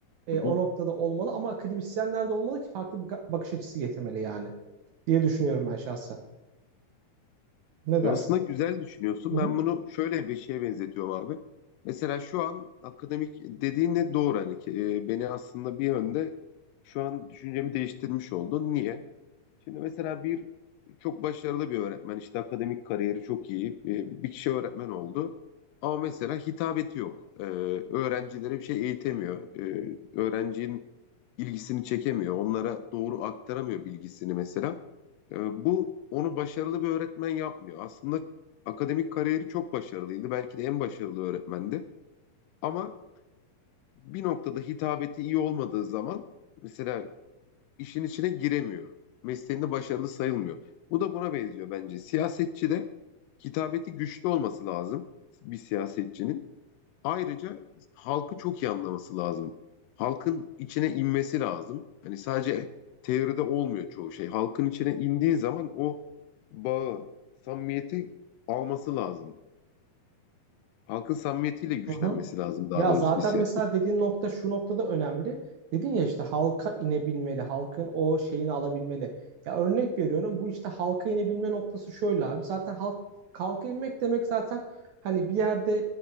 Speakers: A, on the right; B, on the left.
A: e,
B: hı
A: o
B: hı.
A: noktada olmalı ama akademisyenler de olmalı ki farklı bir ka- bakış açısı getirmeli yani diye düşünüyorum ben şahsen. Ne
B: Ya
A: dersin?
B: Aslında güzel düşünüyorsun.
A: Hı
B: Ben
A: hı.
B: bunu şöyle bir şeye benzetiyorum abi. Mesela şu an akademik dediğin de doğru. Hani ki, e, beni aslında bir yönde şu an düşüncemi değiştirmiş oldun. Niye? Şimdi mesela bir çok başarılı bir öğretmen işte akademik kariyeri çok iyi e, bir kişi öğretmen oldu. Ama mesela hitabeti yok. E, öğrencilere bir şey eğitemiyor. E, öğrencinin ilgisini çekemiyor. Onlara doğru aktaramıyor bilgisini mesela. Ee, bu onu başarılı bir öğretmen yapmıyor. Aslında akademik kariyeri çok başarılıydı. Belki de en başarılı öğretmendi. Ama bir noktada hitabeti iyi olmadığı zaman mesela işin içine giremiyor. Mesleğinde başarılı sayılmıyor. Bu da buna benziyor bence. Siyasetçi de hitabeti güçlü olması lazım bir siyasetçinin. Ayrıca halkı çok iyi anlaması lazım. Halkın içine inmesi lazım. Hani sadece teoride olmuyor çoğu şey. Halkın içine indiği zaman o bağı, samimiyeti alması lazım. Halkın samimiyetiyle güçlenmesi
A: Hı hı.
B: lazım daha
A: Ya
B: doğrusu
A: zaten
B: bir siyaset.
A: mesela dediğin nokta şu noktada önemli. Dedin ya işte halka inebilmeli, halkın o şeyini alabilmeli. Ya örnek veriyorum bu işte halka inebilme noktası şöyle abi. Zaten halk halka inmek demek zaten hani bir yerde